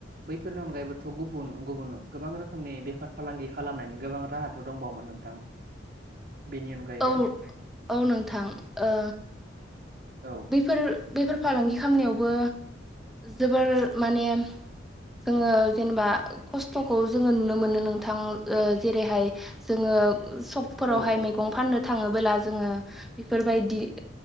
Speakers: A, on the right; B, in the centre.
A: बैफोरनि अनगायैबोथ' गुबुन-गुबुन गोबां रोखोमनि बेफार फालांगि खालामनायनि गोबां राहाथ' दंबावोमोन नों औ बेनि अनगायैबो।
B: औ औ नोंथां। ओ
A: औ नोंथां। औ।
B: बेफोर बेफोर फालांगि खामनाययावबो जोबोर माने जोङो जेनेबा खस्थ'खौ जोङो नुनो मोनो नोंथां। ओ जेरैहाय जोङो स- गफोरावहाय
A: जों
B: मैगं फाननो थाङोबला जोङो बेफोरबायदि